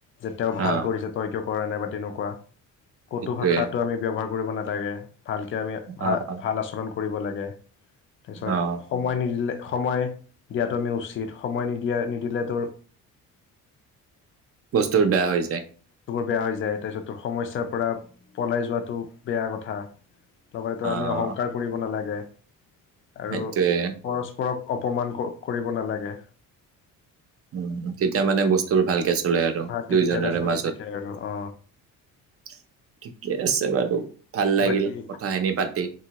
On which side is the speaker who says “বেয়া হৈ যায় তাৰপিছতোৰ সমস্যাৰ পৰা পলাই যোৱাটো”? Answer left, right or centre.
Left